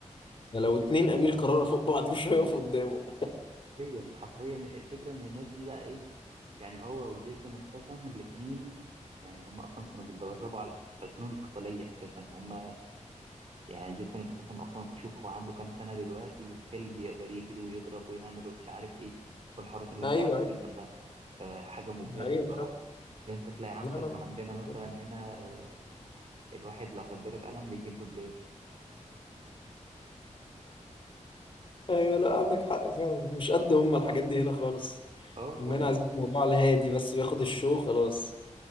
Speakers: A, on the left; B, on the right.
A: ده لو اتنين امير كرارة فوق بعض مش هيقفوا قدامه
B: حرفيا حرفيا الفكرة إن الناس دي بقى إيه يعني هو وجيسون استاثام الاتنين يعني هم أصلا كانوا بيتدربوا على الفنون القتالية أساسا هم يعني جيسون استاثام أصلا تشوف هو عنده كام سنة دلوقتي وستيل بيقدر يجري ويضرب ويعمل ومش عارف إيه والحوارات اللي
A: ايوه
B: أنت عارفها
A: ايوه
B: دي كلها ف- آه، حاجة مبهرة
A: دي حقيقة
B: الصراحة
A: فعلا
B: إن انت تلاقي عندك
A: لا لا
B: ما عندنا مثلا
A: لا
B: هنا آه، الواحد لو هيتضرب قلم بيجيب دوبلير
A: ايوه لا عندك حق فعلا مش قد هم الحاجات دي هنا خالص
B: اه
A: هم
B: والله
A: هنا عايزين الموضوع على الهادي بس بياخد الشو خلاص